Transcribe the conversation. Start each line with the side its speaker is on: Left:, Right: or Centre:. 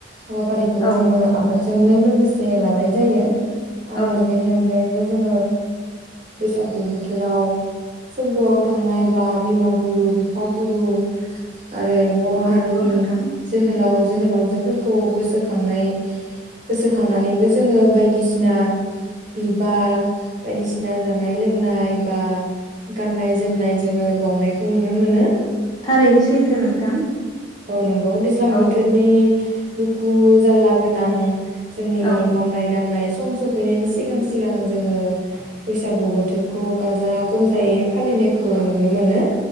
Right: हाबाफारिखौ
Left: औ
Right: जोङो आबाद जोंनो लोगोसे लानाय जायो आरो
Left: औ
Right: बेनि अनगायै जों बैागु बोथोराव सोरगोआव थांनाय बा बिमा गुरु बिफा गुरु आरो बर'
Left: औ
Right: हारिनि
Left: नंगौ नोंथां
Right: जोहोलाव जोहोलावजोफोरखौ गोसोखांनाय गोसोखांनानैबो जोङो बायदिसिना बिबार बायदिसिना जानाय लोंनाय बा गाननाय जोम जोमनाय जोङो बावनायखौ नुनो मोनो
Left: थारैनो सैथो नोंथां
Right: औ नं गोबाव दैज्लां
Left: औ
Right: बोथोरनि दुखु जाारला गोनां जोंनि
Left: औ
Right: मावनाय दांनाय सम सफैनायनि सिगां सिगां जोङो बैसागु बोथोरखौ गाजा गोमजायै फालिनाय खौ नुनो मोनो